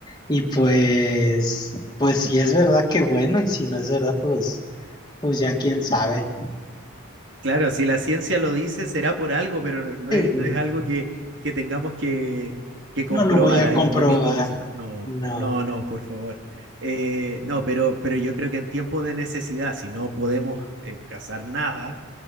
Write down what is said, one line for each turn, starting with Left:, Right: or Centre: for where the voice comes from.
Left: y pues, pues si es verdad, qué bueno, y si no es verdad, pues... Pues ya quién sabe.
Right: Claro, si la ciencia lo dice, será por algo, pero no no
Left: Sí,
Right: es, no es algo que, que tengamos que, que comprobar
Left: no lo voy a
Right: ahí
Left: comprobar.
Right: comiendo gusano. No,
Left: No.
Right: no, no, no, por favor. Eh, no, pero, pero yo creo que en tiempo de necesidad, si no podemos eh, cazar nada,